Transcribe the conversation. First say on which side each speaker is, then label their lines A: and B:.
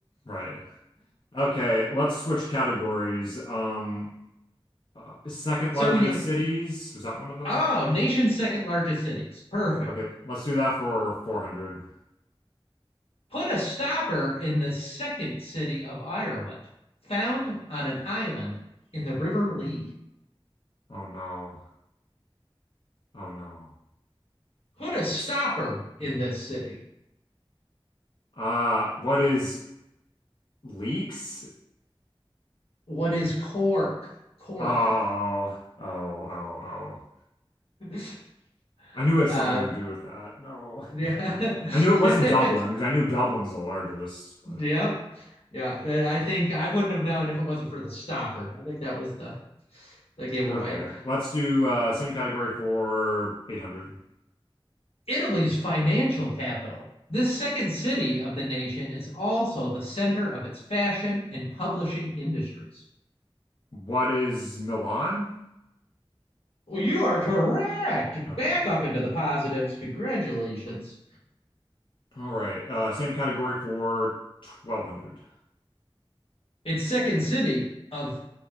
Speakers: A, on the left; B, on the left.
A: Right. Okay, let's switch categories. Um, uh, second
B: So
A: largest
B: we,
A: cities, was that one of them?
B: oh, nation's second largest cities. Perfect.
A: Okay, let's do that for 400.
B: put a stopper in the second city of Ireland, found on an island in the River Lee.
A: Oh no. Oh no.
B: Put
A: Um,
B: a stopper
A: It's
B: in this city.
A: uh what is leaks?
B: What is Cork? Cork.
A: Oh, oh, oh, oh.
B: <laughs>
A: I knew it had
B: uh,
A: something to do with that. No.
B: yeah.
A: <laughs> I knew it wasn't
B: <laughs>
A: Dublin because I knew Dublin's the largest.
B: yeah.
A: But
B: Yeah. I think I wouldn't have known if it wasn't for the stopper. I think that was the, the giveaway.
A: okay. Let's do uh same category for 800.
B: Italy's financial capital. This second city of the nation is also the center of its fashion and publishing industries.
A: What is Milan?
B: Well, you are correct.
A: Okay.
B: Back up into the positives. Congratulations.
A: All right. Uh same category for 1200.
B: Its second city of,